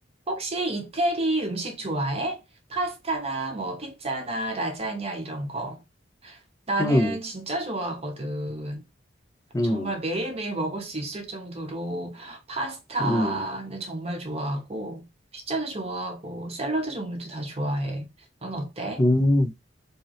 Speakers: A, on the right; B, on the left.
A: 혹시 이태리 음식 좋아해? 파스타나 뭐 피자나 라자냐 이런 거. 나는
B: 음,
A: 진짜 좋아하거든.
B: 음,
A: 정말 매일매일 먹을 수 있을 정도로 파스타는
B: 음,
A: 정말 좋아하고 피자도 좋아하고 샐러드 종류도 다 좋아해. 넌 어때?
B: 음.